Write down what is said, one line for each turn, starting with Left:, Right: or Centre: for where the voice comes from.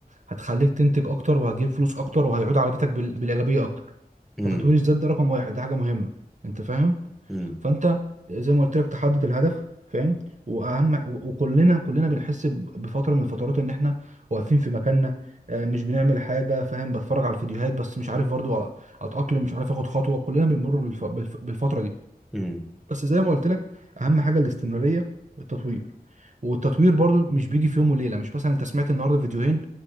Right: هتخليك تنتج اكتر وهتجيب فلوس اكتر وهيعود على بيتك بال... بالايجابيه اكتر
Centre: امم
Right: فتطوير الذات ده رقم واحد ده حاجه مهمه انت فاهم
Centre: إمم،
Right: فانت زي ما قلت لك تحدد الهدف فاهم واهم و- وكلنا كلنا بنحس ب- بفتره من الفترات ان احنا واقفين في مكاننا آه، مش بنعمل حاجه فاهم بتفرج على الفيديوهات بس مش عارف برضو أ- اتاقلم مش عارف اخد خطوه كلنا بنمر بالف... بالف... بالفتره دي
Centre: إمم.
Right: بس زي ما قلت لك اهم حاجه الاستمراريه والتطوير والتطوير برضو مش بيجي في يوم وليله مش مثلا انت سمعت النهارده فيديوهين